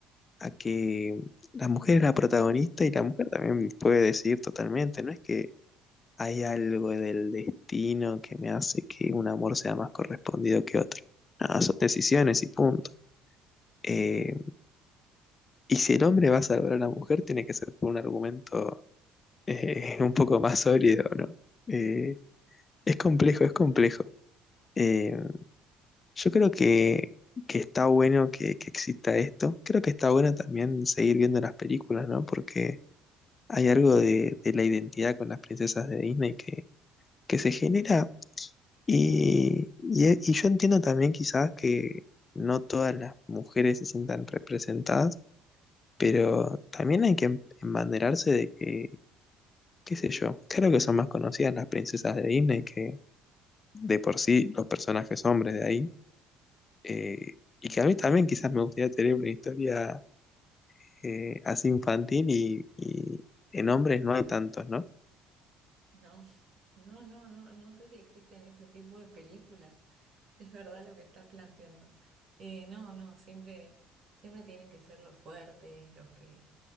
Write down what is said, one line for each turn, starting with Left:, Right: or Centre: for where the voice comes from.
Left: A que la mujer es la protagonista y la mujer también puede decidir totalmente, no es que Hay algo del destino que me hace que un amor sea más correspondido que otro. Nada, son decisiones y punto. Eh, y si el hombre va a salvar a la mujer, tiene que ser por un argumento <laughs> eh, un poco más sólido, ¿no? Eh, es complejo, es complejo. Eh, yo creo que, que está bueno que, que exista esto. Creo que está bueno también seguir viendo las películas, ¿no? Porque hay algo de, de la identidad con las princesas de Disney que, que se genera Y, y, e, y yo entiendo también quizás que no todas las mujeres se sientan representadas, pero también hay que em- embanderarse de que, qué sé yo, creo que son más conocidas las princesas de Disney que de por sí los personajes hombres de ahí. eh, y que a mí también quizás me gustaría tener una historia eh, así infantil y, y en hombres no hay tantos, ¿no?
Right: No, <laughs> no, no, no, no sé si existen ese tipo de películas. Es verdad lo que está planteando. Eh, no, no, siempre, siempre tienen que ser los fuertes, los que,